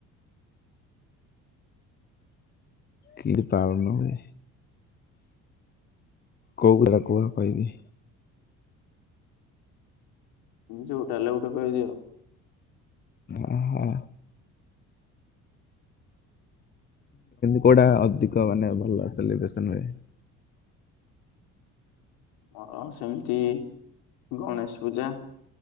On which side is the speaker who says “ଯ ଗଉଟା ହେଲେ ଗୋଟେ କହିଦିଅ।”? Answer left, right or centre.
Left